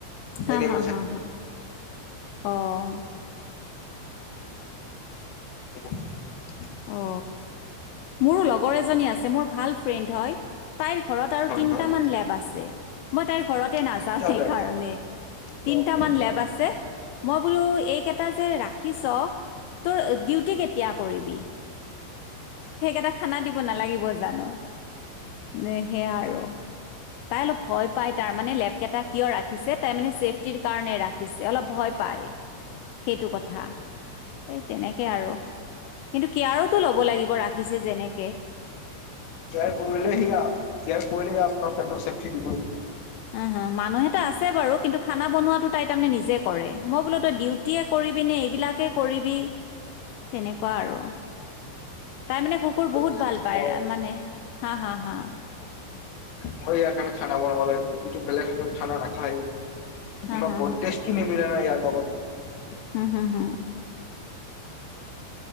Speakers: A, on the left; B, on the left.
A: হা
B: এনিম
A: হা হা হা অ'
B: <unintelligible> <unintelligible>
A: অ মোৰো লগৰ এজনী আছে মোৰ ভাল ফ্ৰেণ্ড হয়। তাইৰ ঘৰত আৰু
B: হয়
A: তিনটামান
B: হয়
A: লেব আছে মই তাইৰ ঘৰতে নাযাও
B: তেতিয়াহ'লে
A: সেইকাৰণে
B: বাপৰে
A: তিনটামান
B: বাপ
A: লেব আছে মই বুলোঁ এইকটা এটা যে ৰাখিছ তোৰ ডিউটি কেতিয়া কৰিবি? সেইকেইটা খানা দিব নালাগিব জানো? নে সেয়া আৰু তাই অলপ ভয় পাই তাৰ মানে লেপকেইটা কিয় ৰাখিছে তাই মানে চছেফটিৰ কাৰণে ৰাখিছে অলপ ভয় পাই সেইটো কথা এই তেনেকে আৰু। কিন্তু কেয়াৰতো ল'ব লাগিব ৰাখিছে যেনেক
B: জাৰলে জয় কোৱাৰ চেফটি দিব <unintelligible>
A: উ হা মানুহ এটা আছে বাৰু কিন্তু খানা বনোৱাাতো তাই তাৰমানে নিজে কৰে মই বোলো তই ডিউটে কৰিবিনে এইবিলাকে কৰিবি তেনেকুৱা আৰু তাই মানে কুকুৰ বহুত
B: যেনেকে
A: ভাল পায়
B: মই
A: মানে হা হা হা <unintelligible>
B: মই ইয়াৰ কাৰণে খানা বনাব লাগে যটো বেলেগ খাত খানা নাখায়েই <unintelligible> কোনেও
A: হা হা
B: কটেষ্ট নি মিলা বাইন <unintelligible> অ <unintelligible>
A: হম হম হম